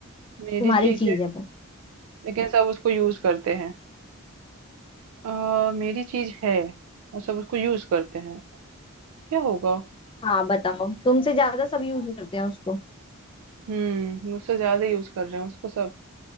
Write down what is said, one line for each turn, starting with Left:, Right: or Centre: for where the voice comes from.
Left: तुम्हारी
Right: मेरी चीज
Left: चीज
Right: है
Left: है वो
Right: लेकिन सब उसको यूज करते हैं अ, मेरी चीज है और सब उसको यूज करते हैं क्या होगा
Left: हाँ बताओ तुमसे ज्यादा सब यूज करते हैं उसको
Right: हम्म मुझसे ज्यादा यूज कर रहे हैं उसको सब